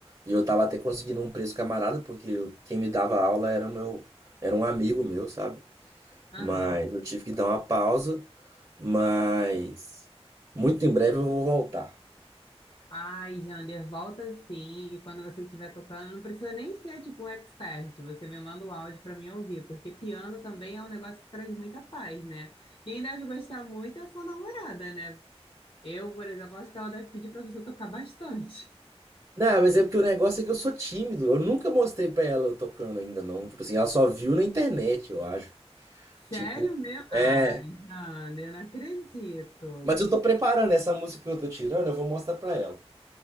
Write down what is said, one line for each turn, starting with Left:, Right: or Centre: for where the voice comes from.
Right: e eu tava até conseguindo um preço camarada, porque eu- quem me dava aula era o meu, era um amigo meu, sabe?
Left: Aham.
Right: Mas eu tive que dar uma pausa, mas muito em breve eu vou voltar.
Left: Ai, Jander, volta sim. E quando você estiver tocando, não precisa nem ser tipo um expert. Você me manda o áudio para mim ouvir, porque piano também é um negócio que traz muita paz, né? Quem deve gostar muito é a sua namorada, né? Eu, por exemplo, acho que ela deve pedir para você tocar bastante.
Right: Não, mas é porque o negócio é que eu sou tímido. Eu nunca mostrei pra ela eu tocando ainda, não. Tipo assim, ela só viu na internet, eu acho.
Left: Sério
Right: Tipo,
Left: mesmo? Ai,
Right: é.
Left: Jander, não acredito.
Right: Mas eu tô preparando essa música que eu tô tirando, eu vou mostrar pra ela.